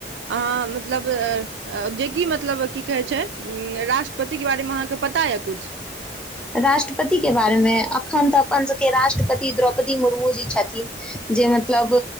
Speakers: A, on the right; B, in the centre.
A: अहाँ मतलब अ जे कि मतलब की कहै छै उम्म राष्ट्रपति के बारे मे अहाँ के पता या कुछ।
B: राष्ट्रपति के बारेमे अखन तऽ अपन सबके राष्ट्रपति द्रौपदी मुर्मू जी छथिन जे मतलब